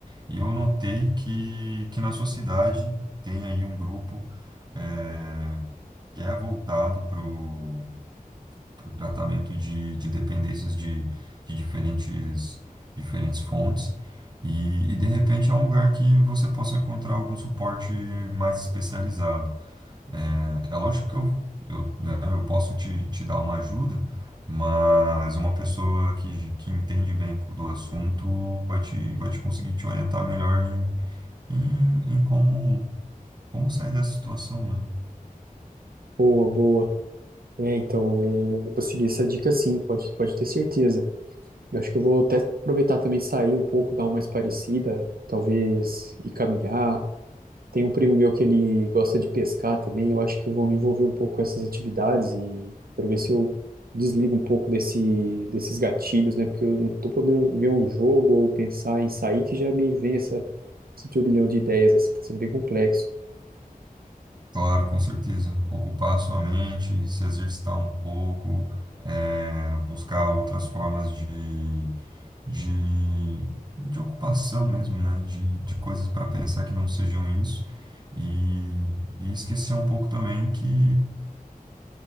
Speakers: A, on the right (about 30°); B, on the right (about 80°).
A: e eu notei que, que na sua cidade tem aí um grupo é, que é voltado para o tratamento de, de dependências de, de diferentes, diferentes fontes, e, e de repente é um lugar que você possa encontrar algum suporte mais especializado. É, é lógico que eu, eu, né, eu posso te, te dar uma ajuda, mas uma pessoa que, que entende bem co- do assunto vai te, vai te conseguir te orientar melhor em, em, em como, como sair dessa situação, né?
B: Boa, boa. É, então, é, eu vou seguir essa dica sim, pode, pode ter certeza. Eu acho que eu vou até aproveitar também sair um pouco, dar uma espairecida, talvez ir caminhar. Tem um primo meu que ele gosta de pescar também, eu acho que eu vou me envolver um pouco com essas atividades e para ver se eu desligo um pouco desse, desses gatilhos, né? Porque eu não tô podendo ver um jogo ou pensar em sair que já me vem essa, esse turbilhão de ideias, assim, tá sendo bem complexo.
A: Claro, com certeza. Ocupar a sua mente, se exercitar um pouco, é, buscar outras formas de de, de ocupação mesmo, né? De, de coisas para pensar que não sejam isso. E, e esquecer um pouco também que,